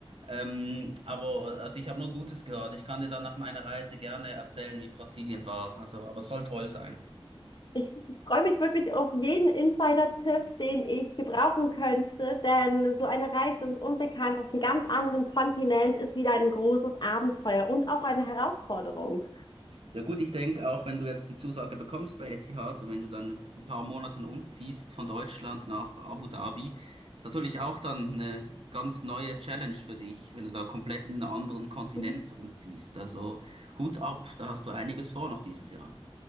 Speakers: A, on the right (about 70°); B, on the left (about 50°).
A: Ähm, aber also ich habe nur Gutes gehört. Ich kann dir dann nach meiner Reise gerne erzählen, wie Brasilien war. Also, aber es soll toll sein.
B: Ich freue mich wirklich auf jeden Insider-Tipp, den ich gebrauchen könnte, denn so eine Reise ins Unbekannte auf einem ganz anderen Kontinent ist wieder ein großes Abenteuer und auch eine Herausforderung.
A: Ja gut, ich denke auch, wenn du jetzt die Zusage bekommst bei Etihad und wenn du dann ein paar Monaten umziehst von Deutschland nach Abu Dhabi, ist natürlich auch dann eine ganz neue Challenge für dich, wenn du da komplett in einen anderen Kontinent
B: Mhm.
A: umziehst. Also Hut ab, da hast du einiges vor noch dieses Jahr.